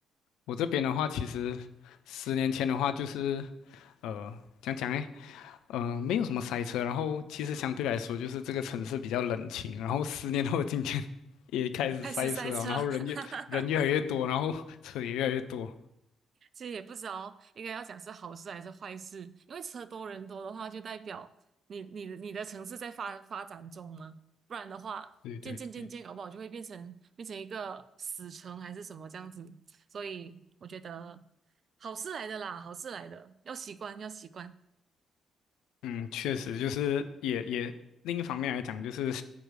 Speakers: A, on the left; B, on the right.
A: 我这边的话，其实十年前的话就是呃，讲讲呢。嗯、呃，没有什么塞车，然后其实相对来说，就是这个城市比较冷清。然后十年后的今天 <laughs> 也开始塞车了，
B: <laughs> 开始塞车。
A: 然后人越人越来越多，
B: <laughs>
A: 然后车也越来越多。
B: 其实也不知道应该要讲是好事还是坏事，因为车多人多的话，就代表你你的你的城市在发发展中嘛，不然的话，
A: 对对对，
B: 渐渐渐渐，搞不好就会变成变成一个死城还是什么这样子。所以我觉得好事来的啦，好事来的，要习惯要习惯。
A: 嗯，确实就是也也另一方面来讲，就是